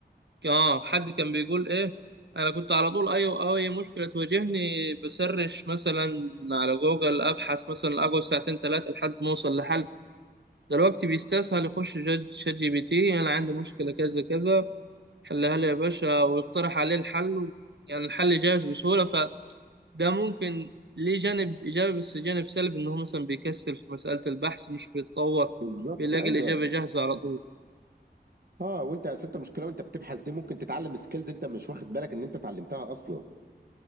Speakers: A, on the right; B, on the right.
A: آه حد كان بيقول إيه أنا كنت على طول أي أي مشكلة تواجهني بسرش مثلا على جوجل أبحث مثلا أقعد ساعتين تلاتة لحد ما أوصل لحل دلوقتي بيستسهل يخش جا- شات جي بي تي أنا عندي مشكلة كذا كذا حلها لي يا باشا ويقترح عليه الحل و... يعني الحل جاهز بسهولة فده ممكن ليه جانب إيجابي بس جانب سلبي إن هو مثلا بيكسل في مسألة البحث مش بيتطور
B: بالظبط
A: بيلاقي
B: ايوه
A: الإجابة جاهزة على طول
B: اه وانت يا انت المشكله وانت بتبحث دي ممكن تتعلم سكيلز انت مش واخد بالك ان انت اتعلمتها اصلا